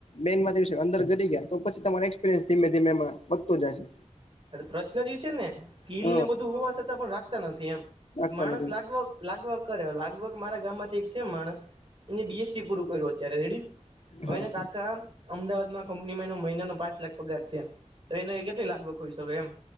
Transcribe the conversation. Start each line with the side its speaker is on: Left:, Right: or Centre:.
Left: મેન અંદર ઘટી ગયા તો પછી તમારે એક્સપિરિયન્સ એક્સપિરિયન્સ ધીમે ધીમે માં વધતો જાય છે.
Right: પ્રશ્ન જે છે ને સ્કીિલ
Left: હ
Right: ને બધું હોવા છતાં પણ રાખતા નથી એમ
Left: લાગતા
Right: માણસ
Left: નથી
Right: લાગભગ લાગભગ કરે લાગભગ મારા ગામ માંથી એક છે માણસ એને બીએસસી પૂરું કર્યું અત્યારે રેડી. ઓઈના
Left: હા
Right: કાકા અમદાવાદમાં કંપનીમાં એનો મહિનાનો પાંચ લાખ પગાર છે તો એને કેટલી લાગભગ હોઈ શકે એમ.